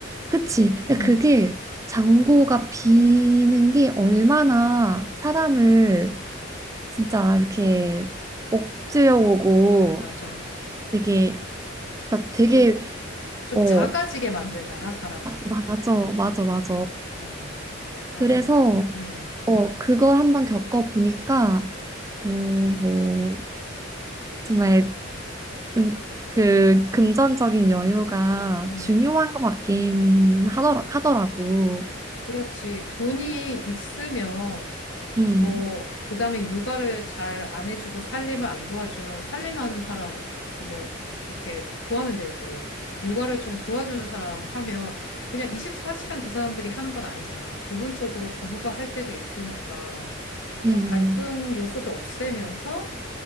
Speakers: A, on the right (about 15°); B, on the left (about 70°).
A: 그치 그러니까
B: 음,
A: 그게 잔고가 비는 게 얼마나 사람을 진짜 이렇게 억제어오고
B: 맞아.
A: 되게 그러니까 되게
B: 좀, 좀
A: 어
B: 작아지게 만들잖아, 사람을.
A: 맞아, 맞아, 맞아.
B: 어. 맞아,
A: 그래서,
B: 맞아. 음.
A: 어, 그걸 한번 겪어보니까, 어, 뭐, 정말 좀 그 금전적인 여유가
B: 응,
A: 중요한 것 같긴 하더라, 하더라고.
B: 그렇지. 돈이 있으면
A: 음,
B: 뭐, 그 다음에 육아를 잘 안 해주고 살림을 안 도와주면 살림하는 사람, 뭐, 이렇게 구하면 되고, 육아를 좀 도와주는 사람 하면 그냥 24시간 그 사람들이 하는 건 아니잖아. 부분적으로 부부가 할 때도 있으니까 그런
A: 음,
B: 갈등 요소도 없애면서